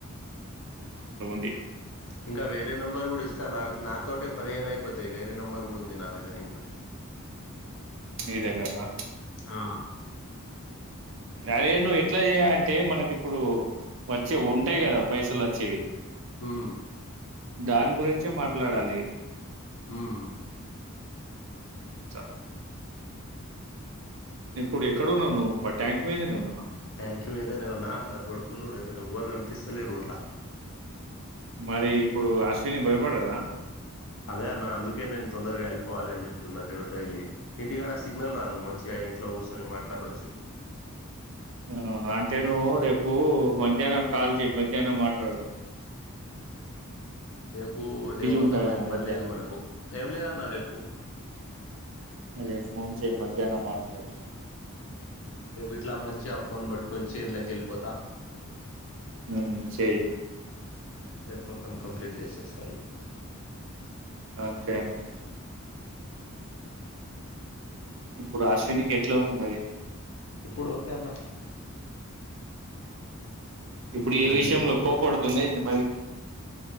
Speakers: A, on the right (about 60°); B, on the left (about 60°).
A: అంట్లుంది
B: ఇంకా వేరే నెంబర్ కూడా ఇస్తా న నాతోట పదిహేను అయిపోతయి వేరే నెంబర్ కూడా ఉంది నా దగ్గర ఇంకోటి
A: నీదగ్గరనా
B: ఆ
A: అదేందో ఎట్ల చేయాలంటే మనకిప్పుడు వచ్చే ఉంటాయి కదా పైసలు వచ్చేవి
B: ఉమ్
A: దాని గురించే మాట్లాడాలి.
B: ఉమ్
A: చ ఇప్పుడు ఎక్కడ ఉన్నావు నువ్వు ప ట్యాంక్ పయిననే ఉన్నావా
B: ట్యాంకి మీదే నేనున్నా అందరు బడుకున్నరు ఎవ్వర్ కనిపిస్తలేరూర్లో
A: మరి ఇప్పుడు అశ్విని భయపడదా
B: అదే అన్న అందుకే నేను తొందరగా వెళ్ళిపోవాలి అని చెప్తున్నారు రో డైలీ ఇంటికాడ సిగ్నల్ రాదు మంచిగా ఇంట్లో కూర్చొని మాట్లాడవచ్చు.
A: ఉమ్ అంటే నువ్వు రేపు మధ్యాహ్నం కాల్ చెయ్ మధ్యాహ్నం మాట్లాడదాం ఆ
B: రేపు డే మొత్తం
A: ఉంటావేమో
B: ఏం పని
A: మధ్యాహ్నం
B: లేదు మనకు ఏం లేదన్న రేపు
A: అరే ఫోన్ చేయ్ మధ్యాహ్నం మాట్లాడు
B: రేపు ఇట్లా మంచిగా ఆ ఫోన్ పట్టుకొని చేన్లేకి వెళ్ళిపోతా
A: ఉమ్ చేయ్
B: రేపు మొత్తం కంప్లీట్ చేసేస్తా ఇవి
A: అంతే అంతే ఇప్పుడు అశ్వికి ఎట్లా ఉంది మరి
B: ఇప్పుడు ఒకె అన్న
A: ఇప్పుడు ఈ
B: ఉమ్,
A: విషయంలో కోపాడుతుందా ఏంది మరి